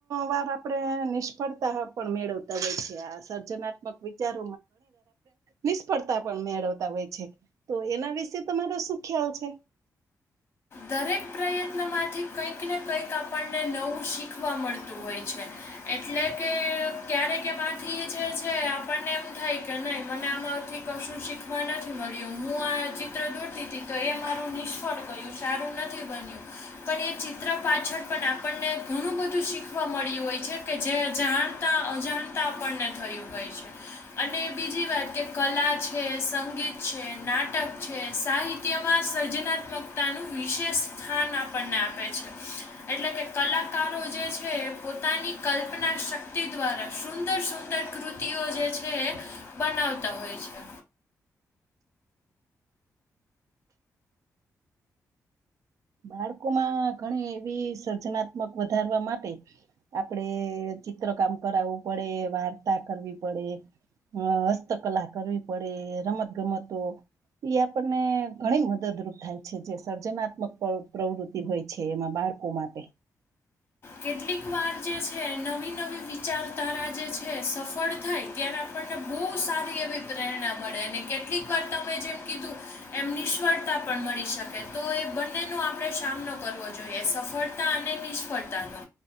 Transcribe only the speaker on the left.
દરેક પ્રયત્ન માંથી કઈક ને કંઈક આપણને નવું શીખવા મળતું હોય છે એટલે કે ક્યારેક એમાંથી જે છે આપણને એમ થાય કે નઈ મને આમાં થી કશું શીખવા નથી મળ્યું હું આ ચિત્ર દોરતી તી તો એ મારું નિષ્ફળ ગયું સારું નથી બન્યું પણ એ ચિત્ર પાછળ પણ આપણને ઘણું બધું શીખવા મળ્યું હોય જે કે જે જાણતા અજાણતા આપણને થયું હોય છે અને બીજી વાત કે કલા છે સંગીત છે નાટક છે સાહિત્યમાં સર્જનાત્મક તાનુ વિશેષ સ્થાન આપણને આપે છે એટલે કે કલાકારો જે છે પો પોતાની કલ્પના શક્તિ દ્વારા સુંદર સુંદર કૃતિઓ જે છે એ બનાવ તા હોય છે
કેટલીક વાર જે છે નવી નવી વિચારધારા જે છે સફળ થાય ત્યારે આપ ને બોવ સારી એવી પ્રેરણા મળે અને કેટલીક વાર તમે જેમ કીધું એમ નિષ્ફળતા પણ મળી શકે તો એ બંનેનો આપણે સામનો કરવો જોઈએ સફળતા અને નિષ્ફળ તાનો